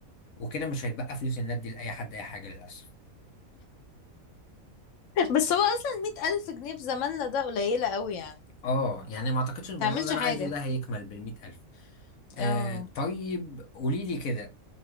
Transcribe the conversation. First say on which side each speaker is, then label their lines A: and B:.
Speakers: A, on the left; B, on the left.
A: وكده مش هيتبقى فلوس الندي لاي حد اي حاجه للاسف
B: <laughs> بس هو اصلا مئة الف جنيه في زماننا ده قليلة قوي يعني
A: اه يعني ما اعتقدش الموضوع
B: تعملش
A: اللي انا
B: حاجة
A: عايزه ده هيكمل بالمئة الف آه
B: اه
A: طيب قولي لي كده